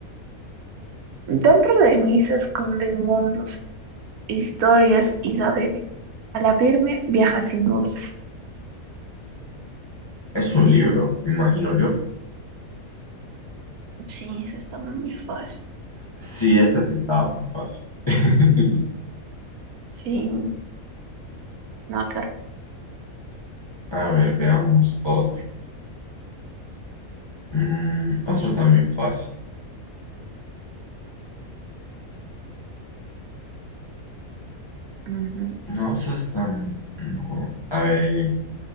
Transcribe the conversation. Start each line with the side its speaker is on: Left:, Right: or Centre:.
Right: dentro de mí se esconden mundos, historias y saberes. Al abrirme, viaja sin mover.
Left: Es un libro, me imagino yo.
Right: Sí, eso está muy fácil.
Left: Sí, ese sí estaba muy fácil. <laughs>
Right: Sí, no, pero,
Left: A ver, veamos otro. Mm, otro también fácil.
Right: ujú.
Left: No, eso es tan... No. A ver,